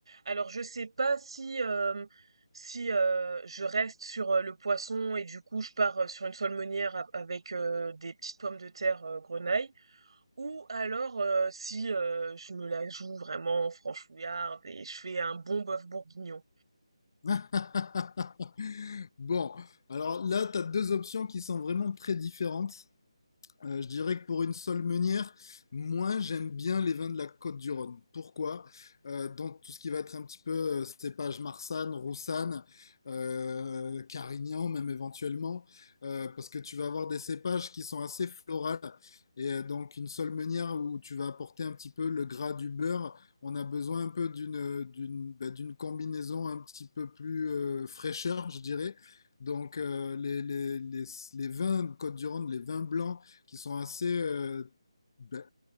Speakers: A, on the right; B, on the left.
A: Alors je sais pas si, hem, si, heu, je reste sur, heu, le poisson et du coup je pars, heu, sur une seule meunière av avec, heu, des petites pommes de terre, heu, grenaille ou alors, heu, si, heu, je me la joue vraiment franchouillarde et je fais un bon bœuf bourguignon.
B: <laughs> Bon, alors là, tu as deux options qui sont vraiment très différentes. Euh, je dirais que pour une seule meunière, moi j'aime bien les vins de la Côte du Rhône. Pourquoi? Euh, dans tout ce qui va être un petit peu euh, cépage Marsanne, Roussanne, euh, Carignan même éventuellement, euh, parce que tu vas avoir des cépages qui sont assez florales. Et euh, donc une seule meunière où tu vas apporter un petit peu le gras du beurre, on a besoin un peu d'une d'une bah, d'une combinaison un petit peu plus euh, fraîcheur, je dirais. Donc euh, les, les, les, les vins de Côte-du-Rhône, les vins blancs, qui sont assez euh, ben,